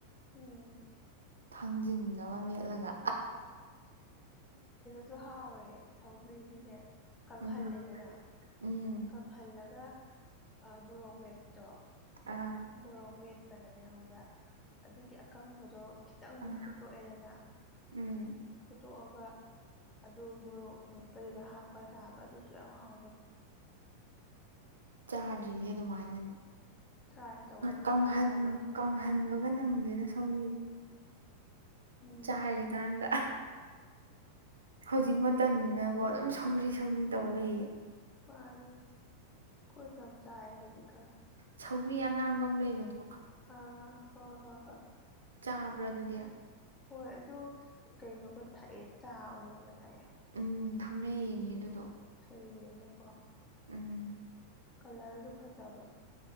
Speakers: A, on the left; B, on the right.
A: ꯎꯝ
B: ꯊꯥꯡꯖꯤꯡꯒ ꯑꯃ ꯃꯦꯠꯂꯒ
A: ꯁꯁꯨ ꯍꯥꯎꯋꯦ ꯁꯧꯒ꯭ꯔꯤꯅꯤꯅꯦ ꯀꯪꯍꯜꯂꯦꯗꯅ
B: ꯎꯝ ꯎꯝ
A: ꯀꯪꯍꯜꯂꯒ ꯃꯣꯔꯣꯛ ꯃꯦꯠꯄꯗꯣ
B: ꯑꯥ
A: ꯃꯣꯔꯣꯛ ꯃꯦꯠꯄꯗꯅꯦ ꯍꯪꯕ꯭ꯔꯥ ꯑꯗꯨꯒꯤ ꯑꯀꯪꯕꯗꯣ ꯈꯤꯇꯪ ꯑꯃꯨꯛ
B: ꯑꯥ
A: ꯐꯨꯠꯇꯣꯛꯑꯦꯗꯅ
B: ꯎꯝ
A: ꯐꯨꯠꯇꯣꯛꯑꯒ ꯑꯗꯨ ꯃꯣꯔꯣꯛ ꯃꯦꯠꯄꯗꯨꯗ ꯍꯥꯞꯄ ꯇꯥꯕ ꯑꯗꯨ ꯀ ꯍ ꯍꯥ ꯍꯕ ꯅꯅꯤ꯫
B: ꯆꯥꯗ꯭ꯔꯤꯌꯦ ꯑꯗꯨꯃꯥꯏꯅꯗꯤ
A: ꯇ꯭ꯔꯥꯏ ꯇꯧꯑꯣ ꯅꯣꯏ
B: ꯀꯥꯡꯪꯍꯟ
A: ꯌꯥꯝ ꯍꯧꯋꯦ
B: ꯀꯪꯍꯟꯕꯒ ꯅꯪꯗꯦꯅ ꯁꯧꯔꯤ꯫
A: ꯎꯝ
B: ꯆꯥꯔꯤꯀꯥꯟꯗ ꯍꯧꯖꯤꯛ ꯃꯇꯝꯅꯤꯅꯀꯣ ꯑꯗꯨꯝ ꯁꯧꯔꯤ ꯁꯧꯔꯤ ꯇꯧꯔꯛꯌꯦ꯫
A: ꯃꯥꯅꯦ ꯑꯈꯣꯏ ꯁꯨꯆꯌꯦ ꯍꯧꯖꯤꯛꯀꯥꯅ
B: ꯁꯧꯕꯔꯤ ꯑꯉꯥꯡꯕ ꯑꯃ ꯂꯩꯕꯗꯣ
A: ꯑ ꯍꯣꯏ ꯍꯣꯏ ꯍꯣꯏ
B: ꯆꯥꯕ꯭ꯔꯣ ꯑꯗꯨꯗꯤ꯫
A: ꯍꯣꯏ ꯑꯗꯨ ꯀꯩꯅꯣꯒ ꯊꯛꯑꯦ ꯆꯥ ꯑꯣꯏꯅꯒ ꯊꯛꯑꯦ꯫
B: ꯎꯝ ꯐꯪꯅꯩ ꯌꯦꯡꯉ ꯑꯗꯨꯗꯣ
A: ꯐꯩꯌꯦꯅꯀꯣ
B: ꯎꯝ
A: ꯀꯂꯔꯣ ꯐꯖꯕꯅꯦ꯫